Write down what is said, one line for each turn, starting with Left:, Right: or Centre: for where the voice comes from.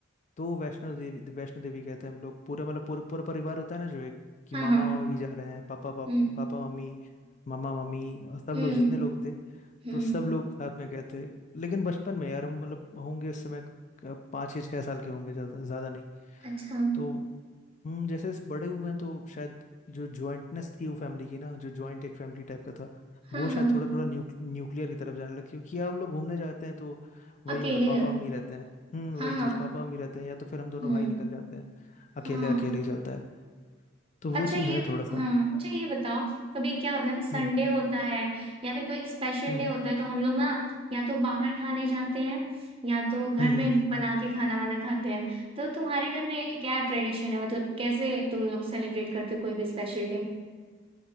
Left: तो वैष्णो देवी वैष्णो देवी गए थे हम लोग पूरा मतलब पूरा पूरा परिवार होता है ना जो एक कि
Right: हाँ
Left: मामा
Right: हाँ
Left: मामी भी जा रहे हैं पापा पाप,
Right: हम्म
Left: पापा मम्मी मामा मामी और सब
Right: हम्म
Left: लोग जितने लोग थे
Right: हम्म
Left: तो सब लोग साथ में गए थे लेकिन बचपन में यार हम मतलब होंगे उस समय क- पाँच या छह साल के होंगे ज़्यादा ज़्यादा नहीं
Right: अच्छा
Left: तो हम जैसे इस बड़े हुए हैं तो शायद जो ज्वाइंटनेस थी वो फैमिली की ना जो ज्वाइंट एक फैमिली टाइप का था
Right: हाँ
Left: वो शायद
Right: हाँ
Left: थोड़ा थोड़ा न्यूक, न्यूक्लियर की तरफ जाने लगा क्योंकि अब हम लोग घूमने जाते हैं तो वही
Right: अकेले
Left: मतलब पापा
Right: जाते
Left: मम्मी रहते हैं हम्म
Right: हाँ
Left: वही चीज़
Right: हाँ
Left: पापा मम्मी रहते हैं या तो फिर हम दोनों
Right: हम्म
Left: भाई निकल जाते हैं अकेले
Right: हाँ
Left: अकेले ही चलता है तो वो
Right: अच्छा ये
Left: चीज़ है थोड़ा सा
Right: हाँ अच्छा ये बताओ कभी क्या होता है ना संडे
Left: हम्म
Right: होता है या फिर कोई स्पेशल
Left: हम्म
Right: डे होता है तो हम लोग ना या तो बाहर खाने जाते हैं या तो घर
Left: हम्म
Right: में
Left: हम्म हम्म,
Right: बना के खाना वाना खाते हैं तो तुम्हारे घर में क्या ट्रेडिशन है मतलब कैसे तुम लोग सेलिब्रेट करते हो कोई भी स्पेशल डे